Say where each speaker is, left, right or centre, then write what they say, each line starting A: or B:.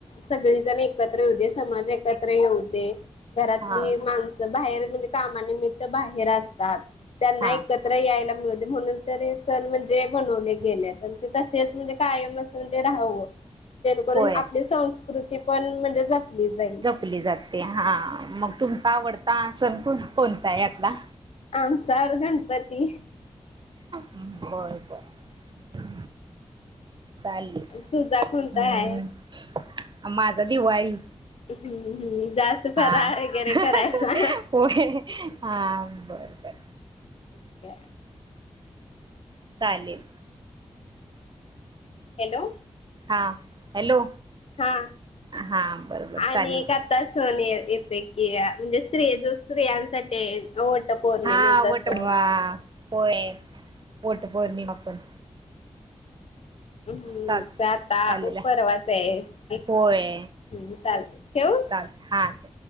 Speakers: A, on the left; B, on the right.
A: सगळीजण एकत्र एकत्र येऊदे समाज एकत्र येऊदे घरातली
B: हा
A: माणस बाहेर म्हणजे कामानिमित्त बाहेर असतात त्यांना
B: हा
A: एकत्र यायला मिळू दे म्हणून तर हे सण म्हणजे बनवले गेले ते तसेच म्हणजे कायमच म्हणजे राहावं जेणेकरून
B: होय
A: आपली संस्कृती पण म्हणजे जाईल
B: जपली जाते हा मग तुमचा आवडता सण कोणता आहे यातला
A: आमचा हा गणपती
B: बर बर चालेल
A: तुझा कोणता
B: हम्
A: आहे?
B: माझा दिवाळी
A: हम्म हम्म जास्त फराळ
B: हा हंहह
A: वगैरे करायला.
B: होय हां वरडत्यात
A: ठीक आहे
B: चालेल
A: हॅलो
B: हां हॅलो
A: हा
B: हा बरोबर
A: आणि
B: चालेल
A: आता सण येतेय म्हणजे स्त्रि जो स्त्रियांसाठी आहे जो पौर्णिमेचा
B: हा वटपौर्णिमा
A: सण
B: होय पोर्णिमा पण सण
A: हम्म
B: चाल
A: ते आता
B: चालेल
A: परवाचय हम्
B: होय
A: चालतंय ठेवू
B: चाल हा ठेव